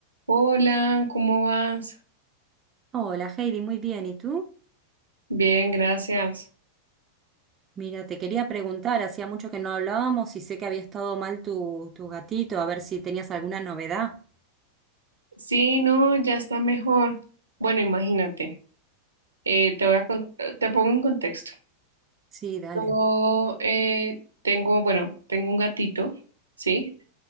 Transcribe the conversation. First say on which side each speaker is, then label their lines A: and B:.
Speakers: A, on the right; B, on the right.
A: Hola, ¿cómo vas?
B: Hola Heidi, muy bien. ¿Y tú?
A: Bien, gracias.
B: Mira, te quería preguntar, hacía mucho que no hablábamos y sé que había estado mal tu, tu gatito, a ver si tenías alguna novedad.
A: Sí, no, ya está mejor. Bueno, imagínate, eh, te voy a con- eh, te pongo en contexto.
B: Sí, dale.
A: Yo eh, tengo, bueno, tengo un gatito, ¿sí?